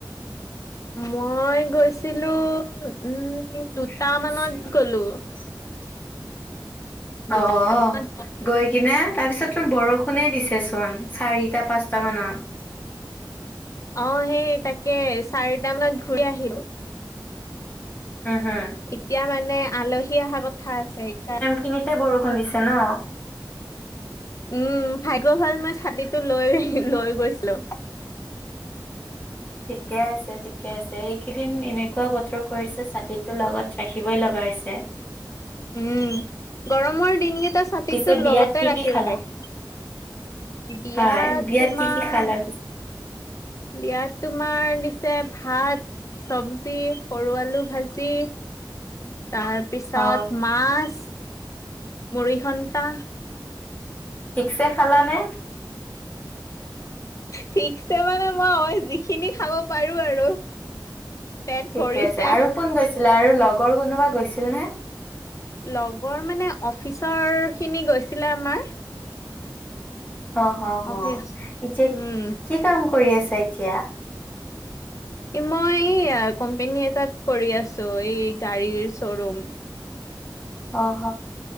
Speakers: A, on the left; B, on the left.
A: মই গৈছিলোঁ উম দুটামানত
B: <unintelligible>
A: গ'লো দুটা
B: অ
A: মান
B: গৈ কিনে তাৰপিছত চোন বৰষুণে দিছেচোন চাৰিটা, পাঁচটা মানত
A: অ সেই তাকে চাৰিটা মানত ঘূৰি আহিলোঁ
B: হম হম
A: এতিয়া মানে আলহী অহা কথা আছে সেইকা
B: তিনিতে বৰষুণ দিছে ন
A: উম ভাগ্য ভাল মই ছাতিটো লৈ লৈ গৈছিলোঁ
B: ঠিকে আছে, ঠিকে আছে এইকেইদিন এনেকুৱা বতৰ কৰিছে ছাতিটো লগত থাকিবই লগা হৈছে
A: উম গৰমৰ দিনকেইটা ছাতিটো
B: পিছে বিয়াত
A: লগতে
B: কি
A: ৰাখিব
B: কি খালা
A: লাগে বিয়া
B: হয় বিয়াত
A: তোমাৰ
B: কি কি খালা পিছে
A: বিয়াত তোমাৰ দিছে ভাত চবজি, সৰু আলু ভাজি, তাৰ পিছত
B: অ
A: মাছ, মুৰিঘণ্টা
B: থিকছে খালানে?
A: ঠিকছে মানে মই অ যিখিনি খাব পাৰো আৰু পেট
B: ঠিকে
A: ভৰিছে
B: আছে আৰু কোন গৈছিলে আৰু লগৰ কোনোবা গৈছিল নে
A: লগৰ মানে অফিচৰ খিনি গৈছিলে আমাৰ
B: অ হ হ
A: অফিচ
B: এতিয়া
A: উম
B: কি কাম কৰি আছা এতিয়া?
A: মই এই কোম্পেনী এটাত কৰি আছো এই গাড়ীৰ শ্বৰুম
B: অহ